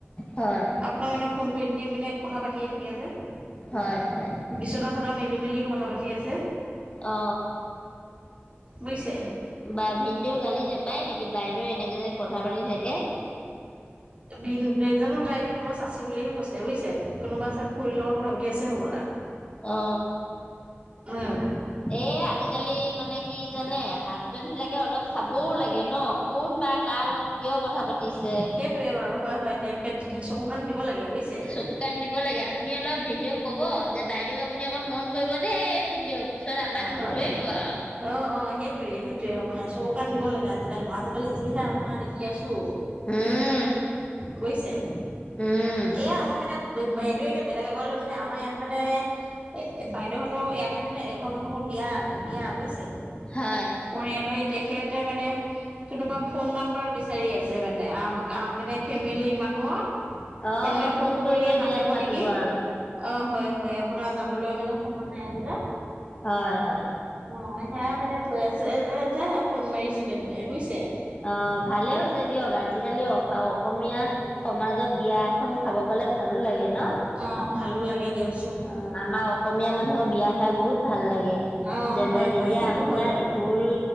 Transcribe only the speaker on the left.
হয়
হয় হয়
অ অ
বা ভিনদেও গালি নাপাৰে নেকি বাইদেউ এনেকে যে কথা পাতি থাকে
অ অ
এই আজিকালি মানে কি জানে হাজবেণ্ড বিলাকে অলপ চাবও লাগে ন কোন বা কাৰ লগত কিয় কথা পাতিছে
চকু কান দিব লাগে আপুনি অলপ ভিনদেউক ক'ব যে বাইদেউক আপুনি অকণ মন কৰিব দেই ভিনদেউ পিছত আমাক
নধৰিব
আও
উম
উম
হয়।
অ
কৰি
কৰি
বিয়াত
আৰু
হয় হয়
অ ভালেই হৈছে দিয়ক, আজিকালি অ আৰু অসমীয়া সমাজত বিয়া এখন খাব পালে ভালো লাগে ন।
অ আমাৰ অসমীয়া মানুহৰ বিয়া খাই বহুত ভাল লাগে।
যেনে
যেতিয়া
আপোনাৰ
ঢোল,